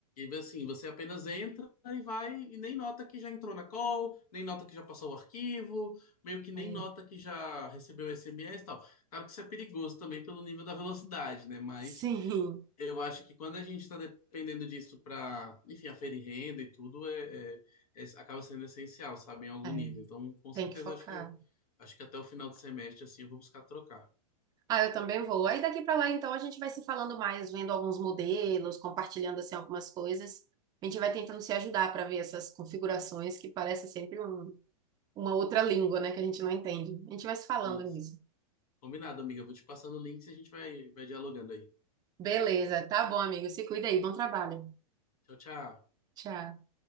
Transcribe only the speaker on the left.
que, assim, você apenas entra e vai e nem nota que já entrou na call, nem nota que já passou o arquivo, meio que nem
nota que já recebeu SMS e tal. Claro que isso é perigoso também pelo nível da velocidade, né? Mas
eu acho que quando a gente está dependendo disso para, enfim, aferir renda e tudo, é, é- é- acaba sendo essencial, sabe, em algum
nível. Então, com
certeza,
acho que eu acho que até o final do semestre, assim, eu vou buscar trocar.
Isso.
Combinado, amiga. Eu Vou te passando o link e a gente vai, vai dialogando aí.
Tchau, tchau.